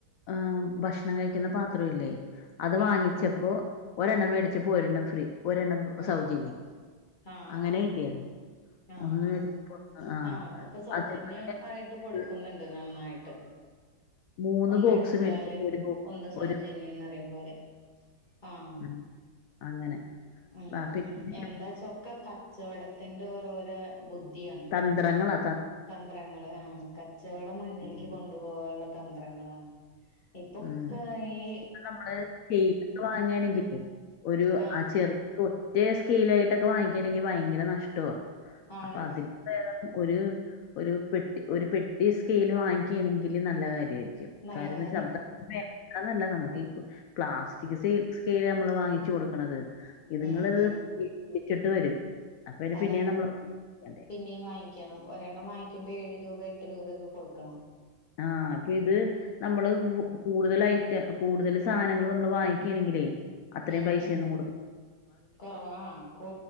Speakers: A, on the left; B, on the left.
A: ഏഹ് ഭക്ഷണം കഴിക്കുന്ന പാത്രവില്ലേ അത് വാങ്ങിച്ചപ്പോ
B: ആഹ്
A: ഒരെണ്ണം മേടിച്ചപ്പോ ഒരെണ്ണം ഫ്രീ. ഒരെണ്ണം
B: ആഹ്
A: സൗജന്യം,
B: ആഹ്
A: അങ്ങനെ
B: ആഹ്
A: കിട്ടിയായിരുന്നു.
B: ആഹ്
A: ഒന്ന്
B: ആഹ്,
A: മേടിച്ചപ്പോ ഒന്ന് ആ
B: ആഹ്. ഇപ്പൊ സൗജന്യം
A: അതേപോലെ
B: ആയിട്ട് കൊടുക്കുന്നുണ്ട്
A: ഒരു
B: നന്നായിട്ട്.
A: മൂന്ന്
B: ഒന്നെടുത്താല്
A: ബോക്സ് മേടിച്ചപ്പോ ഒരു ബോക്സ്
B: ഒന്ന് സൗജന്യംന്നറിയും
A: ഒരു
B: പോലെ. ആഹ്
A: ഉം, അങ്ങനെ
B: ഉം
A: ആ, പിന്നെ
B: ഉം എന്താച്ചോ ക്കെ കച്ചവടത്തിന്റെ ഓരോരോ ബുദ്ധിയാണ്.
A: ന്ത്രങ്ങളാ
B: തന്ത്രങ്ങള് ആഹ് കച്ചവടം മുന്നില്ൽക്ക്
A: ഉം
B: കൊണ്ടുപോവാനുള്ള തന്ത്രങ്ങളാണ്. ഇപ്പൊക്ക
A: ഉം.
B: ഈ
A: നമ്മള് സ്കെയിലൊക്കെ
B: <unintelligible>
A: വാങ്ങാണെങ്കിലേ ഒരു
B: ആഹ്
A: ആ ചെറു ഒറ്റ സ്കെയിലായിട്ടൊക്കെ വാങ്ങിക്കണെങ്കി ഭയങ്കര നഷ്ടവാ.
B: ആണ്
A: അപ്പൊ അതില് പ്പ ഏദാ? ഒരു ഒരു പെട്ടി ഒരു പെട്ടി സ്കെയ്ൽ വാങ്ങിക്കുകയാണെങ്കിൽ നല്ല കാര്യായിരിക്കും.
B: നല്ല
A: കാര്യംന്ന്
B: കാര്യാണ്
A: വെച്ചാ നമക്ക് വേണ്ടന്നല്ല നമുക്ക് ഈ പ്ലാസ്റ്റിക് സൈ സ്കെയ്ൽ നമ്മള് വാങ്ങിച്ചു കൊടുക്കണത് ഇതുങ്ങളിത്
B: ഉം ഉം
A: ഇ ഇടിച്ചിട്ട് വരും. അപ്പൊ പിന്നെ
B: അതാണ്,
A: പിന്നേം നമ്മള് ണ്ടേ
B: പിന്നെയും വാങ്ങിക്കണം ഒരെണ്ണം വാങ്ങിക്കുമ്പോ ഏഴ് രൂപ എട്ട് രൂപയൊക്കെ കൊടുക്കണം.
A: ആഹ് അപ്പൊ ഇത്. നമ്മള് വൂ കൂടുതൽ ഐറ്റം കൂടുതൽ സാധനങ്ങള് നമ്മള് വാങ്ങിക്കാണെങ്കിലേ. അത്രയും
B: ഉം
A: പൈസയൊന്നും
B: ഉം
A: കൊടുക്കു
B: കൊറവ് ആഹ് കൂ